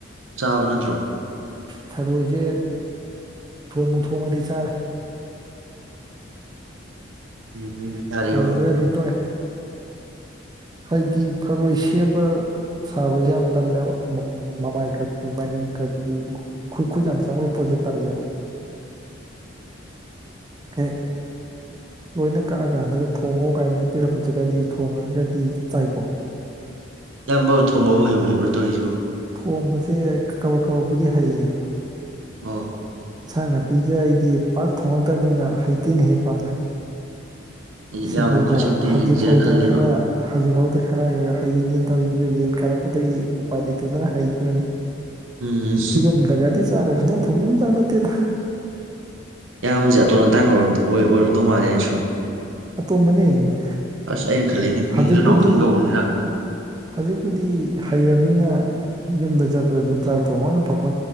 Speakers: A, on the right; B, on the right.
A: ꯆꯥꯕ ꯅꯠꯇ꯭ꯔꯣ
B: ꯊꯔꯣꯏꯁꯦ ꯊꯣꯡꯉꯨ ꯊꯣꯡꯉꯗꯤ ꯆꯥꯔꯦ
A: ꯋꯨꯇꯨ ꯃꯥꯗꯤꯇꯑꯦꯕ
B: ꯊꯣꯡꯗ꯭ꯔꯒꯗꯤ ꯇꯣꯛꯑꯦ ꯍꯥꯏꯗꯤ ꯐꯪꯃꯣꯏꯁꯤ ꯁꯦꯝꯕ ꯁꯥꯕꯁꯦ ꯌꯥꯝ ꯇꯜꯂꯦꯕ ꯃꯃꯥꯏ ꯈꯛ ꯃꯅꯤꯡ ꯈꯛꯛꯇꯤ ꯈꯨꯠ ꯈꯨꯠ ꯌꯥꯝ ꯆꯪꯕꯒꯤ ꯄꯣꯠꯁꯦ ꯇꯜꯂꯦꯕ ꯍꯦꯛ ꯂꯣꯏꯅ ꯀꯛꯑꯀꯥꯟꯗꯒ ꯊꯣꯡꯉꯣ ꯀꯥꯏꯅꯒ ꯄꯤꯔꯛꯄꯗꯨꯒꯗꯤ ꯊꯣꯡꯉꯒꯗꯤ ꯆꯥꯏꯀꯣ
A: ꯑꯌꯥꯝꯕ ꯊꯣꯡꯕꯕꯨ ꯍꯩꯕꯣ ꯍꯥꯏꯕ꯭ꯔꯣ ꯇꯣꯏꯁꯤꯕꯨ
B: ꯍꯣꯡꯕꯁꯦ ꯀꯕꯛ ꯀꯕꯛꯄꯨꯗꯤ ꯍꯩꯌꯦ
A: ꯑꯧ
B: ꯏꯟꯁꯥꯡ ꯅꯥꯄꯤꯁꯦ ꯑꯩꯒꯤ ꯊꯣꯛꯉꯛꯇꯕꯅꯤꯅ ꯍꯩꯇꯦꯅ ꯍꯦ ꯄꯥꯛꯅ
A: ꯑꯩ
B: ꯁꯤ
A: ꯏꯌꯥꯝꯕꯩ
B: ꯐꯥꯎꯗ
A: ꯈꯨꯠꯁꯦ ꯑꯝꯇ ꯌꯦꯡꯖꯤꯔ
B: ꯍꯖꯤ ꯐꯥꯎꯗ
A: ꯈꯜ ꯂꯩꯕ
B: ꯈꯔ ꯍꯖꯤꯛ ꯐꯥꯎꯗ ꯈꯔ ꯍꯩꯅꯦ ꯇꯦꯔꯤ ꯂꯤꯟ ꯀꯥꯔꯛꯄꯗꯒꯤ ꯎꯄꯥꯏ ꯂꯩꯇꯗꯅ ꯍꯩꯈꯤꯕꯅꯦ
A: ꯎꯝ
B: ꯌꯨꯝ ꯗꯒꯗꯤ ꯆꯒꯁ ꯅ ꯐꯣꯡꯉꯌꯨ ꯑꯥ ꯅꯠꯇꯦꯗꯥ
A: ꯌꯥꯝꯁꯦ ꯑꯇꯣꯟ ꯑꯇꯥꯡꯕꯔꯣꯝ ꯑꯣꯏ ꯑꯣꯏꯔꯝꯗꯧ ꯃꯥꯜꯂꯦꯅ ꯁꯨꯝ
B: ꯑꯇꯣꯝꯕꯅꯦ
A: ꯑꯁ ꯑꯩꯅ ꯈꯜꯂꯤꯅꯤ ꯃꯤꯡꯁꯨ
B: ꯍꯧꯖꯤꯛꯄꯨꯗꯤ
A: ꯅꯥꯎꯇꯧ ꯀꯧꯕꯅꯤꯅ
B: ꯍꯧꯖꯤꯛꯄꯨꯗꯤ ꯍꯩꯔꯅꯤꯅ ꯌꯨꯝꯗ ꯆꯠꯄꯗ ꯑꯗꯨꯝ ꯆꯥꯛ ꯊꯣꯡꯉꯅ ꯄꯛꯄ